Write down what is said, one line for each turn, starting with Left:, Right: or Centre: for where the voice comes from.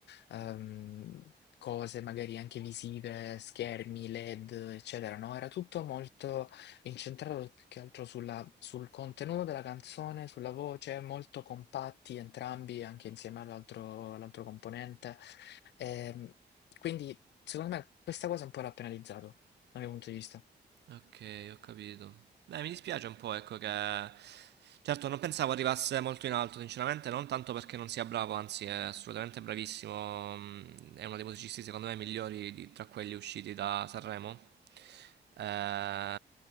Left: ehm, cose magari anche visive, schermi, LED, eccetera, no? Era tutto molto incentrato più che altro sulla- sul contenuto della canzone, sulla voce, molto compatti entrambi, anche insieme all'altro all'altro componente. Ehm, quindi, secondo me, questa cosa un po' l'ha penalizzato, dal mio punto di vista.
Right: Ok, ho capito. Dai, mi dispiace un po', ecco che... Certo, non pensavo arrivasse molto in alto, sinceramente, non tanto perché non sia bravo, anzi è assolutamente bravissimo, mm, è uno dei musicisti secondo me migliori di- tra quelli usciti da Sanremo, eh,